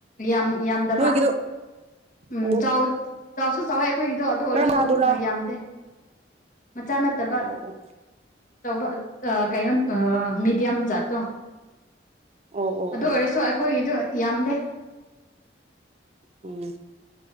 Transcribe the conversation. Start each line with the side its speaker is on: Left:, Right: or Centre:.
Left: ꯌꯥꯝ ꯌꯥꯝꯗꯕ
Right: ꯅꯣꯏꯒꯤꯗꯣ
Left: ꯎꯝ
Right: ꯑꯣ
Left: ꯆꯥꯎꯁꯨ ꯆꯥꯎꯋꯦ ꯑꯩꯈꯣꯏꯒꯤꯗꯣ ꯑꯗꯨ ꯑꯣꯏꯔꯁꯨ
Right: ꯀꯔꯝꯕꯗꯨꯔ
Left: ꯌꯥꯝꯗꯦ ꯃꯆꯥ ꯐꯠꯇꯕ
Right: ꯑꯣ
Left: ꯇꯧꯕ ꯀꯩꯅꯣ ꯃꯤꯦꯗꯤꯌꯝ ꯖꯥꯠꯇꯣ
Right: ꯑꯣ ꯑꯣ ꯑꯣ
Left: ꯑꯗꯨ
Right: ꯑꯣ
Left: ꯑꯣꯏꯔꯁꯨ ꯑꯩꯈꯣꯏꯒꯤꯗ ꯌꯥꯝꯗꯦ
Right: ꯎꯝ